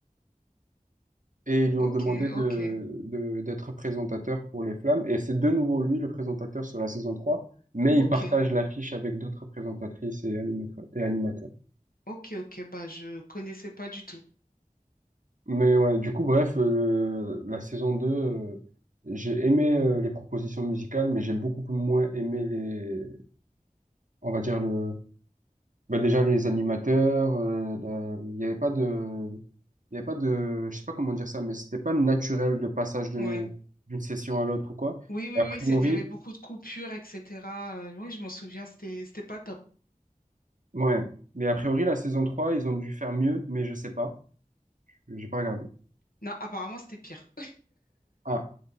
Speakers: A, on the right; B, on the left.
A: et ils lui ont
B: Ok,
A: demandé de,
B: ok,
A: de- d'être présentateur pour les Flammes. Et c'est de nouveau lui, le présentateur sur la saison 3 mais
B: ok,
A: il partage l'affiche avec d'autres présentatrices et animateurs, et animateurs.
B: ok, ok. Bah, je connaissais pas du tout.
A: Mais ouais, du coup, bref, euh, la saison 2 euh, j'ai aimé euh, les propositions musicales, mais j'ai beaucoup moins aimé les, on va dire le, bah déjà les animateurs, euh, la- il y avait pas de, il y avait pas de, je sais pas comment dire ça, mais c'était pas naturel le passage de-
B: Ouais.
A: d'une session à l'autre ou quoi.
B: Oui, oui,
A: Et A priori,
B: oui. c'est- Il y avait beaucoup de coupures, etc. Euh, oui, je m'en souviens. C'était, c'était pas top.
A: Ouais. Mais a priori, la saison 3 ils ont dû faire mieux, mais je sais pas. J'ai pas regardé.
B: Non, apparemment, c'était pire.
A: Ah,